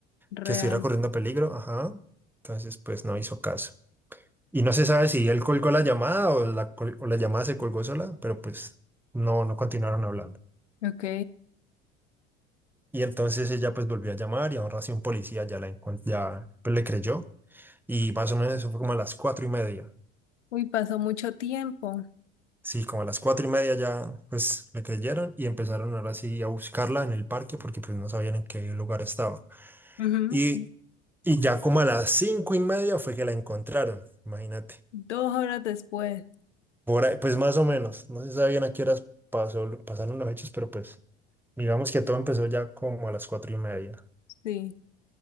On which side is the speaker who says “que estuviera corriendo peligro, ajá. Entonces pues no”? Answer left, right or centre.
Centre